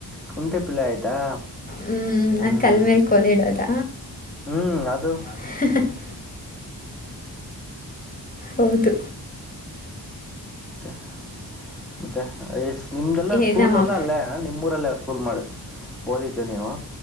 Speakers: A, in the centre; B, on the left.
A: ಕುಂಟೆ ಪಿಲ್ಲೆ ಆಯ್ತಾ
B: ಹ್ಮ್ ನಾ
A: ಹ್ಮ್
B: ಕಲ್ ಮೇಲ್ ಕೋಲಿಡೋದ
A: ಹ್ಮ್ ಅದು
B: ಹ ಹೌದು
A: ತ್ತ ನಿಮ್ದೆಲ್ಲ
B: ಏ
A: ಸ್ಕೂಲ್
B: ನಮ್ಮ
A: ಎಲ್ಲ
B: ಅಪ್ಪ
A: ಅಲ್ಲೇ ನಿಮ್ಮೂರಲ್ಲೇ ಸ್ಕೂಲ್ ಮಾಡ ಓದಿದ್ದೆ ನೀವು